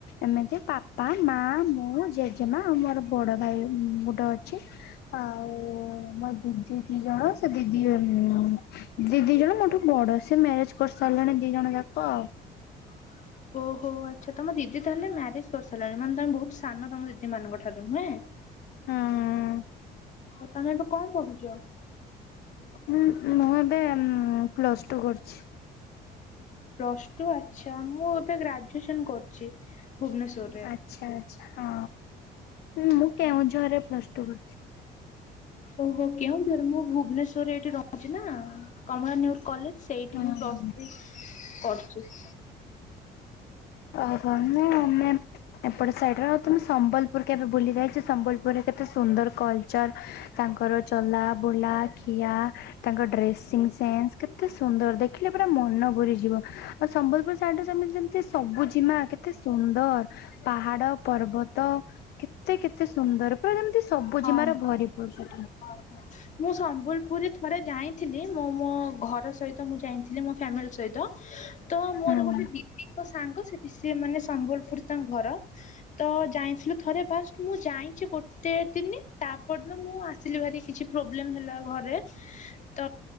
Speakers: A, on the left; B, on the left.
A: ଏମିତି। ବାପା, ମା, ମୁଁ, ଜେଜେମା ଆଉ ମୋର ବଡ଼ ଭାଇ ଗୋଟେ ଅ ଛି, ଆଉ ମୋ ଦିଦି ଦି ଜଣ, ସେ ଦିଦି ଉଁ -ଉଁ ଦି ଦି ଜଣ ମୋ ଠୁ ବଡ, ସେ ମ୍ୟାରେଜ୍‌ କରିସାରିଲେଣି, ଦି ଜଣ ଯାକ ଆଉ।
B: <inaudible> ଓହୋ, ଆଚ୍ଛା, ତମ ଦିଦି ତାହେଲେ ମ୍ୟାରେଜ୍ କରିସାରିଲେଣି। ମାନେ, ତମେ ବହୁତ ସାନ ତମ ଦିଦିମାନଙ୍କ ଠାରୁ, ନୁହେଁ?
A: ହୁଁ
B: ବର୍ତ୍ତମାନ ଏବେ କଣ ପଢ଼ୁଛ?
A: ହୁଁ, ମୁଁ ଏବେ ପ୍ଲସ୍‌ ଟୁ କରୁଛି।
B: Plus two. ଆଚ୍ଛା, ମୁଁ ଏବେ ଗ୍ରାଜୁଏସନ୍‌ କରୁଛି ଭୁବନେଶ୍ଵର।
A: ଆଚ୍ଛା, ଆଚ୍ଛା, ହଁ, ମୁଁ କେଉଁଝରରେ ପ୍ଲସ୍‌ଟୁ କରୁଛିି।
B: ଓହୋ, କେଉଁଝର। ମୁଁ ଭୁବନେଶ୍ୱରରେ ଏଇଠି ରହୁଛି ନା, କମଳା ନେହୁରୁ କଲେଜ ସେଇଠି
A: ହୁଁ
B: ମୁଁ ପ୍ଲସ୍‌ ଥ୍ରୀ କରୁଛି।
A: ଓହୋ, ମୁଁ ମେମ୍ ଏପଟ ସାଇଟ୍ ର, ତ ମୁଁ ସମ୍ବଲ ପୁର କେବେ ବୁଲିଯାଇଛୁ? ସମ୍ବଲପୁରରେ କେତେ ସୁନ୍ଦର କଲଚର୍, ତାଙ୍କର ଚଲା ବୁଲା ଖିଆ ତାଙ୍କ ଡ୍ରେସିଂ ସେନ୍ସ। କେତେ ସୁନ୍ଦର ଦେଖିଲେ ପୁରା ମନ ଭୁରିଯିବ, ଆଉ ସମ୍ବଲପୁର ସାଇଡ୍‌ରେ ସେମିତି ଯେମତି ସବୁଜିମା କେତେ ସୁନ୍ଦର। ପାହାଡ, ପର୍ବତ କେତେ କେତେ ସୁନ୍ଦର, ପୁରା ଯେମିତି ସବୁଜିମାର
B: ହଁ ବା
A: ଭରି। <unintelligible>
B: <inaudible> ମୁଁ ସମ୍ବଲପୁରୀ ଥରେ ଯାଇଁ ଥିଲି। ମୋ ମୋ ଘର ସହିତ ମୁଁ ଯାଇଁଥିଲି, ମୋ ଫ୍ୟାମିଲି ସହିତ। ତ ମୋର
A: ହୁଁ
B: ଗୋଟେ ଦିଦିଙ୍କ ସାଙ୍ଗ, ସେଠି ସିଏ ମାନେ ସମ୍ବଲପୁର ତାଙ୍କ ଘର। ତ ଯାଇଁଥିଲୁ ଥରେ। ଫାଷ୍ଟ ମୁଁ ଯାଇଁଛି ଗୋଟେ ଦିନି, ତାପରଦିନ ମୁଁ ଆସିଲି ଭାରି କିଛି ପ୍ରୋବ୍ଲେମ୍ ହେଲା ଘରେ। ତ